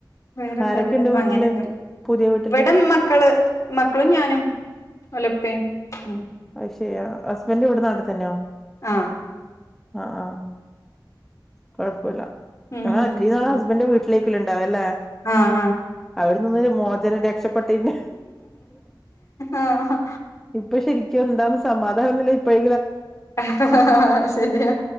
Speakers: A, on the left; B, in the centre.
A: വേറെന്താ
B: ആരൊക്കെയുണ്ട്
A: ഇവിടെന്നും
B: വീട്ടില്
A: അങ്ങനെന്ന
B: പുതിയ വീട്ടില്
A: ഇവിട മക്കള് മക്കളും ഞാനും ഒലപ്പേ ഉ
B: ശ ഹസ്ബൻഡ് ഇവിടെ നാട്ടിതന്നെയോ
A: ആ
B: ആ ആ കൊഴപ്പുല്ല
A: ഉം
B: ആ ത്രരി നാള് ഹസ്ബൻഡ് വീട്ടിലിക്ക അല്ലേ
A: ആഹ്
B: അവിട്ന്ന് മോചനം രക്ഷപ്പെട്ടി നി
A: ആഹ്
B: ഇപ്പ ശരിക്കും എന്താണ് സമാധാനംന്ന്ല്ലേ ഇപ്പോഴ
A: <unintelligible> ശരിയാ